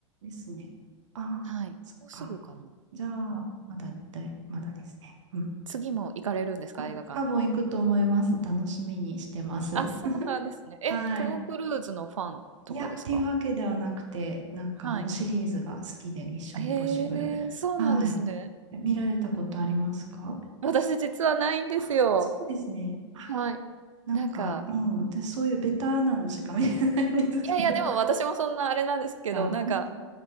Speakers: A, on the right; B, on the right.
A: ですね。あ、
B: はい。
A: そっか。
B: もうすぐかな。
A: じゃあ、まだだい、まだですね。うん。
B: 次も行かれるんですか、
A: あ、
B: 映画館に。
A: 多分行くと思います。楽しみにしてます。
B: あ、そうなんですね。え、
A: はい。
B: トム・クルーズのファンとかですか
A: いや、っていうわけではなくて、なんかあのシリーズが好きで、
B: はい。
A: ミッションインポッシブル。
B: へえ、そうなんですね。
A: はい。見られたことありますか
B: 私実はないんですよ。
A: あ、そうですね。あ、
B: はい。
A: なんか、
B: なんか、
A: うん、私そういうベタなのしか見れないんですけど。
B: いやいや、でも私もそんなあれなんですけど、
A: <laughs> が、
B: なんか、
A: うん